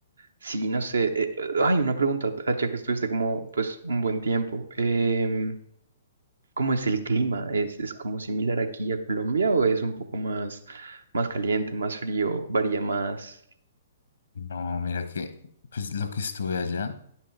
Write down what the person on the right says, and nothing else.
Sí, no sé. eh, hay una pregunta, ah, ya que estuviste como pues un buen tiempo. em, ¿cómo es el clima? ¿Es, es como similar aquí a Colombia o es un poco más, más caliente, más frío, varía más?